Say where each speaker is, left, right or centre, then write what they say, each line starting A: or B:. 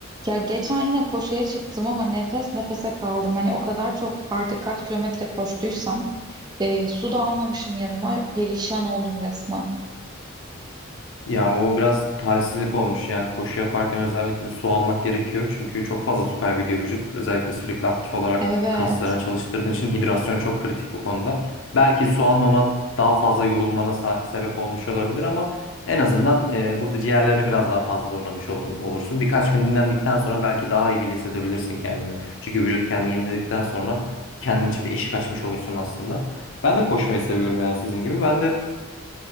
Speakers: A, on the right; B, on the left.
A: Ya geçen yine koşuya çıktım ama nefes nefese kaldım. Hani o kadar çok artık kaç kilometre koştuysam e, su da almamışım yanıma. Perişan oldum resmen.
B: Ya o biraz talihsizlik olmuş yani koşu yaparken özellikle su almak gerekiyor çünkü çok fazla su kaybediyor vücut. Özellikle sürekli aktif olarak
A: Evet.
B: kaslarını çalıştırdığın için hidrasyon çok kritik bu konuda. Belki su almaman daha fazla yorulmana sa- sebep olmuş olabilir ama en azından e, burada ciğerlerini biraz daha fazla zorlamış ol- olursun. Birkaç gün dinlendikten sonra belki daha iyi bile hissedebilirsin kendini. Çünkü vücut kendini yeniledikten sonra kendin için bir eşik açmış olursun aslında. Ben de koşmayı seviyorum yani sizin gibi. Ben de